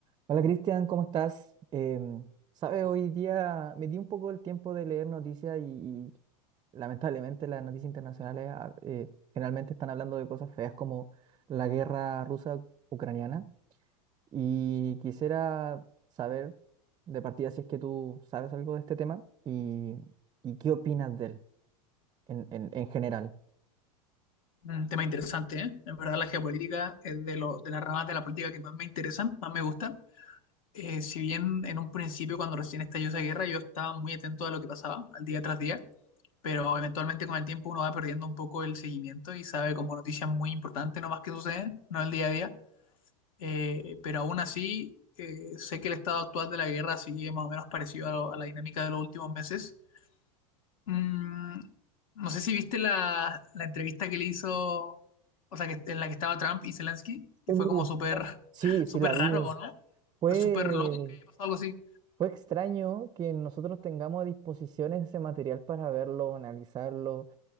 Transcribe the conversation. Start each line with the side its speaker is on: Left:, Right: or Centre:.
Right: Hola Cristian, ¿cómo estás? Em, sabe, hoy día me di un poco el tiempo de leer noticias y, y lamentablemente las noticias internacionales ah, eh, generalmente están hablando de cosas feas como la guerra rusa-ucraniana y quisiera saber de partida si es que tú sabes algo de este tema y, y qué opinas de él en, en- en general.
Left: Un tema interesante, ¿eh? En verdad la geopolítica es de, lo- de las ramas de la política que más me interesan, más me gustan. Eh, si bien en un principio, cuando recién estalló esa guerra, yo estaba muy atento a lo que pasaba, al día tras día, pero eventualmente con el tiempo uno va perdiendo un poco el seguimiento y sabe como noticias muy importantes nomás que suceden, no el día a día. Eh, pero aún así, eh, sé que el estado actual de la guerra sigue más o menos parecido a, lo- a la dinámica de los últimos meses Mm, no sé si viste la, la entrevista que le hizo, o sea, que, en la que estaba Trump y Zelensky,
Right: Uh,
Left: que fue como súper,
Right: sí,
Left: <laughs> súper
Right: sí la
Left: raro,
Right: vi.
Left: ¿no?
Right: Fue
Left: Fue súper loco que haya pasado algo así.
Right: Fue extraño que nosotros tengamos a disposición ese material para verlo, analizarlo,